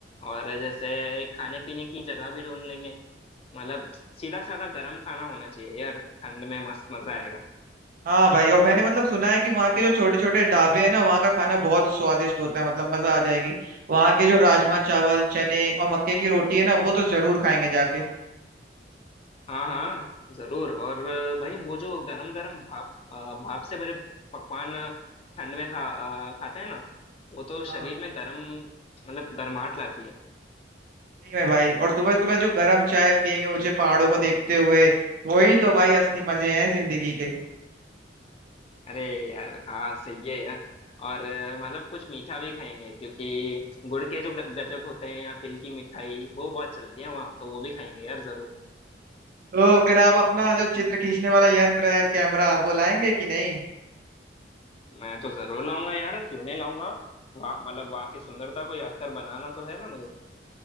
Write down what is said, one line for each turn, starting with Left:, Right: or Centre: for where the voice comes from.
Left: और जैसे खाने पीने की जगह भी ढूंढ लेंगे मतलब सीधा साधा गर्म खाना होना चाहिए यार ठंड में मस्त मजा आएगा
Right: हाँ भाई और मैंने मतलब सुना है कि वहाँ के जो छोटे छोटे ढाबे हैं ना वहाँ का खाना बहुत स्वादिष्ट होता है मतलब मजा आ जाएगी वहाँ के जो राजमा चावल चने और मक्के की रोटी है ना वो तो जरूर खाएंगे जाके
Left: हाँ हाँ जरूर और भाई वो जो गरम गरम भाप अ, भाप से भरे पकवान ठंड में खा अ, खाते हैं ना वो तो
Right: हाँ
Left: शरीर
Right: हाँ,
Left: में गरम मतलब गर्माहट लाती है
Right: सही में भाई और सुबह सुबह जो गर्म चाय पियेंगे ऊंचे पहाड़ों को देखते हुए वही तो भाई असली मजे हैं जिंदगी के
Left: अरे यार हाँ सही है यार और अ, मतलब कुछ मीठा भी खाएंगे क्योंकि गुड़ के जो ग- गजक होते हैं या तिल की मिठाई वो बहुत चलती है वहाँ तो वो भी खाएंगे यार जरूर
Right: तो फिर आप अपना जो चित्र खींचने वाला यंत्र है कैमरा वो लाएंगे कि नहीं
Left: मैं तो जरूर लाऊंगा यार क्यों नहीं लाऊंगा वहाँ मतलब वहाँ की सुंदरता को यादगार बनाना तो है ना मुझे